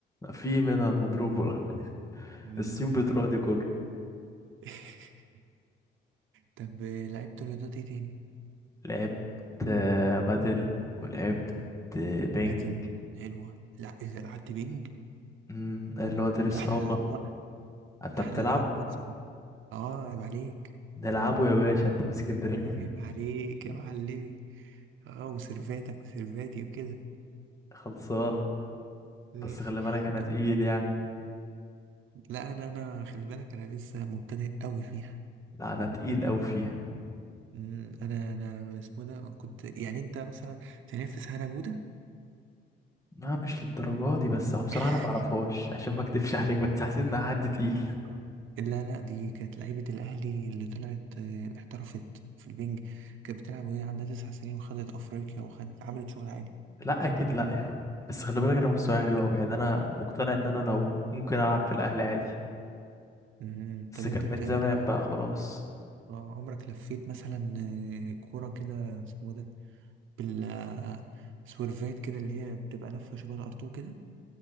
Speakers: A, on the left; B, on the right.
A: في منها المضروب والحاجات دي. <laughs>
B: مم.
A: السيوم بتروح دي كله
B: <laughs> طب لعبت رياضات ايه تاني
A: لعبت آه، بادل ولعبت آه، بينج
B: بدل حلوة لا اذا لعبت بينج
A: مم، اللي هو تنس
B: لا احنا
A: طاولة
B: نلعبه
A: انت
B: ده
A: بتلعب
B: احنا نلعبه بقى سوا اه عيب عليك
A: نلعبه يا باشا انت من اسكندرية
B: عيب عليك يا معلمي اه وسيرفاتك وسيرفاتي وكده
A: <laughs> خلصانة
B: ماشي
A: بس خلي بالك انا
B: طب
A: تقيل يعني
B: لا انا انا خلي بالك انا لسه مبتدئ قوي فيها
A: لا انا تقيل اوي فيها
B: امم، انا انا اسمه ده كنت يعني انت مثلا تنافس هنا جوده
A: لا مش للدرجة دي بس هو بصراحة
B: <laughs>
A: أنا معرفهاش عشان ما أكدبش عليك بس حسيت إنها حد تقيل
B: آه. لا لا دي كانت لعيبة الأهلي اللي طلعت آه، احترفت في البنج كانت بتلعب وهي عندها تسع سنين وخدت أفريقيا وخدت عملت شغل عالي
A: لا أكيد لا يا عم بس خلي بالك أنا مستواي حلو أوي يعني أنا مقتنع إن أنا لو ممكن ألعب في الأهلي عادي
B: مم.
A: بس
B: طب أنت
A: كان
B: بتلعب
A: من زمان بقى خلاص
B: اه عمرك لفيت مثلا آه، كورة كده اسمه ده بالسورفات كده اللي هي بتبقى لفة شبه الأرتو كده